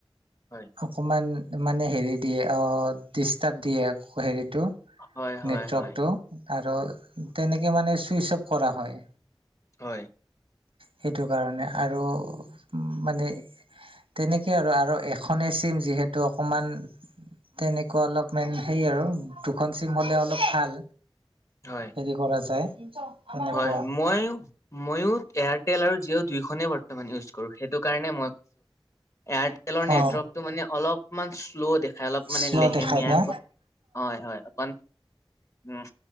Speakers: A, on the left; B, on the right.
A: হয়
B: অকমান মানে হেৰি দিয়ে অ', ডিষ্টাৰ্ব দিয়ে হেৰি টো
A: হয় হয়
B: নেটৱৰ্কটো আৰু তেনেকে মানে চুইচ অফ কৰা হয়।
A: হয়।
B: সেইটো কাৰণে আৰু উ মানে তেনেকে আৰু আৰু এখনেই চিম যিহেতু অকমান তেনেকুৱা অলপ মান সেই আৰু দুখন চিম হলে অলপ ভাল।
A: হয়
B: হেৰি কৰা যায়। তেনেকুৱা
A: হয় মই মই এয়াৰটেল আৰু জিঅ' দু খন ইউচ কৰো সেইটোকৰণে এয়াৰটেলৰ নেটৱৰ্কটো
B: অ
A: মনে অলপ মা মান শ্ল' দেখাই অলপ মানে
B: শ্ল'
A: লেহেমীয়াকৈ
B: দেখাই না
A: হয়, হয় অকণ উম